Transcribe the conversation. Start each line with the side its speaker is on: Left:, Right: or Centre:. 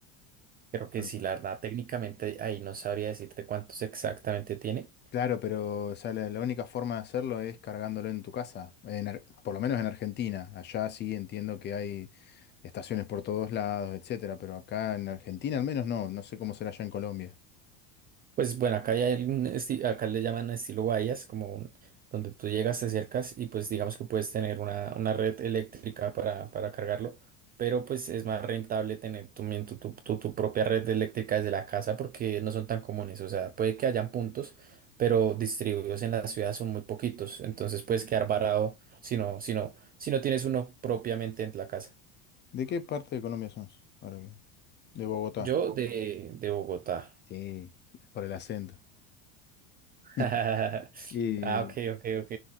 Right: Creo que
Left: Algo
Right: sí,
Left: por
Right: la
Left: ahí.
Right: verdad, técnicamente ahí no sabría decirte cuántos exactamente tiene.
Left: Claro, pero o sea, la, la única forma de hacerlo es cargándolo en tu casa, en Ar- por lo menos en Argentina. Allá sí entiendo que hay estaciones por todos lados, etcétera, pero acá en Argentina al menos no, no sé cómo será allá en Colombia.
Right: Pues bueno, acá ya hay un esti- acá le llaman estilo bahías, como un- donde tú llegas, te acercas y pues digamos que puedes tener una, una red eléctrica para, para cargarlo, pero pues es más rentable tener tu, mien- tu, tu, tu- tu propia red eléctrica desde la casa porque no son tan comunes, o sea, puede que hayan puntos, pero distribuidos en la ciudad son muy poquitos, entonces puedes
Left: Mm.
Right: quedar varado si no, si no, si no tienes uno propiamente en la casa.
Left: ¿De qué parte de Colombia sos? Ahora bien. De Bogotá.
Right: Yo de, de Bogotá.
Left: Sí, por el acento. <laughs>
Right: <laughs>
Left: Y,
Right: Ah, ok, ok, ok.